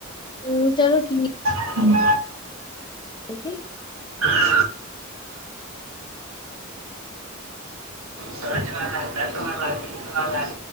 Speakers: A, on the left; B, on the right.
A: ہ چلو کی
B: ہوں
A: ج جی
B: وال ب سوراج وال دس والا پس وال